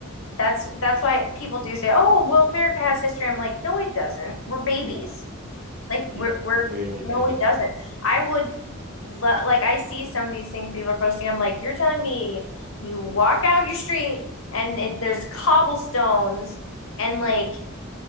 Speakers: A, on the left; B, on the right.
A: that's that's why people do say, "Oh, well, America has history." I'm like, "No, it doesn't. We're babies.
B: no
A: Like we're
B: yeah
A: we're
B: really
A: no,
B: babies
A: it doesn't."
B: yeah
A: I would lo- like I see some of these things people are posting. I'm like, "You're telling me you walk out your street and it, there's cobblestones and like